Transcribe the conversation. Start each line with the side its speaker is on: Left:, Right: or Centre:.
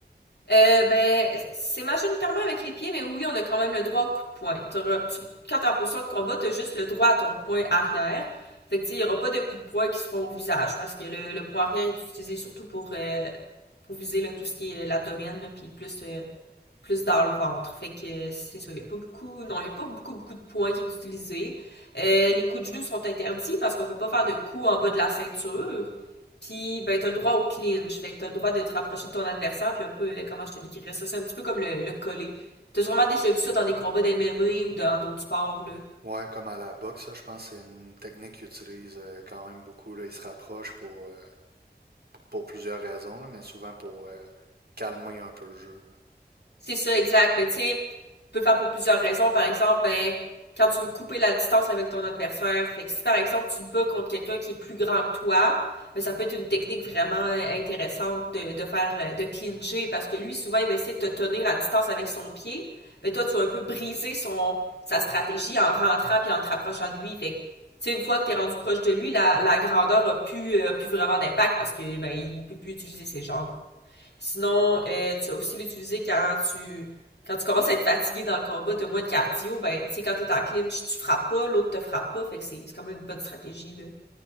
Left: Euh, ben, c'est majoritairement avec les pieds, mais oui, on a quand même le droit au coup de poing. T'auras- tu- quand t'es en position de combat, t'as juste le droit à ton poing arrière. Fait que, tu sais, il y aura pas de coups de poing qui se font au visage, parce que le, le poing arrière est utilisé surtout pour, euh, pour viser là, tout ce qui est euh, l'abdomen, puis plus euh, plus dans le ventre. Fait que c'est ça, il n'y a pas beaucoup, non, il n'y a pas beaucoup, beaucoup de points qui est utilisé. Euh, les coups de genoux sont interdits parce qu'on peut pas faire de coups en bas de la ceinture. Puis, ben, t'as le droit au clinch. Fait que t'as le droit de te rapprocher de ton adversaire. Puis un peu, euh, comment je te décrirais ça? C'est un petit peu comme le, le collet. T'as sûrement déjà vu ça dans des combats d'MMA ou dans d'autres sports, là.
Right: Ouais, comme à la boxe, ça, je pense que c'est une technique qu'ils utilisent euh, quand même beaucoup. Là. Ils se rapprochent pour, euh, pour plusieurs raisons, là, mais souvent pour euh, calmer un peu le jeu.
Left: C'est ça, exact. Mais tu sais, tu peux le faire pour plusieurs raisons. Par exemple, ben, quand tu veux couper la distance avec ton adversaire. Fait que si par exemple tu te bats contre quelqu'un qui est plus grand que toi, ben, ça peut être une technique vraiment euh, intéressante de, de faire euh, de clinger parce que lui souvent il va essayer de te tenir à distance avec son pied, mais toi tu vas un peu briser son sa stratégie en rentrant puis en te rapprochant de lui. Fait que tu sais une fois que t'es rendu proche de lui, la, la grandeur a plus euh, a plus vraiment d'impact parce que ben il peut plus utiliser ses jambes. Sinon, euh, tu as aussi l'utiliser quand tu quand tu commences à être fatigué dans le combat, t'as moins de cardio, ben tu sais quand t'es en clinch, tu frappes pas, l'autre te frappe pas, fait que c'est c'est quand même une bonne stratégie là.